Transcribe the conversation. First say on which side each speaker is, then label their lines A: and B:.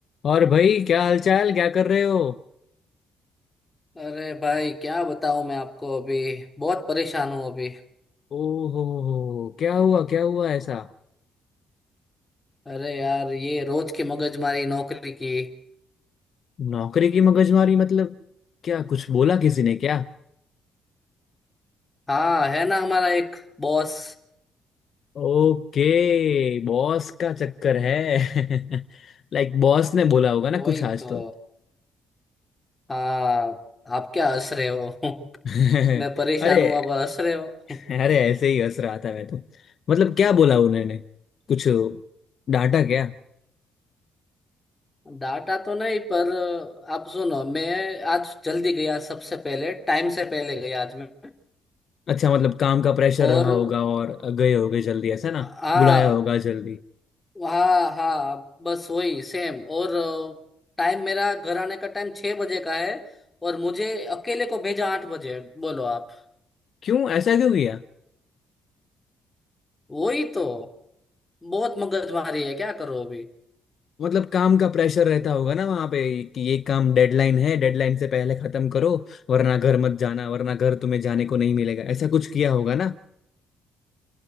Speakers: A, on the left; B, on the left.
A: और भाई क्या हालचाल क्या कर रहे हो
B: अरे भाई क्या बताऊं मैं आपको अभी बहुत परेशान हूँ अभी
A: ओहो हो क्या हुआ क्या हुआ ऐसा
B: अरे यार ये रोज की मगजमारी नौकरी की
A: नौकरी की मगजमारी मतलब क्या कुछ बोला किसी ने क्या
B: हाँ है ना हमारा एक बॉस
A: ओके बॉस का चक्कर है <laughs> लाइक बॉस ने बोला होगा ना
B: वही
A: कुछ आज
B: तो
A: तो
B: हाँ आप क्या हंस रहे हो <laughs>
A: <laughs>
B: मैं परेशान
A: अरे
B: हूँ आप हंस रहे हो
A: अरे ऐसे ही हंस रहा था मैं तो मतलब क्या बोला उन्होंने कुछ डांटा क्या
B: डाटा तो नहीं पर आप सुनो मैं आज जल्दी गया सबसे पहले टाइम से पहले गया आज मैं
A: अच्छा मतलब काम का प्रेशर
B: और
A: रहा होगा और गए होगे जल्दी ऐसा ना
B: हाँ
A: बुलाया होगा जल्दी
B: हाँ हाँ बस वही सेम और टाइम मेरा घर आने का टाइम छह बजे का है और मुझे अकेले को भेजा आठ बजे बोलो आप
A: क्यों ऐसा क्यों किया
B: वही तो बहुत मगजमारी है क्या करो अभी
A: मतलब काम का प्रेशर रहता होगा ना वहां पे कि ये काम डेडलाइन है डेडलाइन से पहले खत्म करो वरना घर मत जाना वरना घर तुम्हें जाने को नहीं मिलेगा ऐसा कुछ किया होगा ना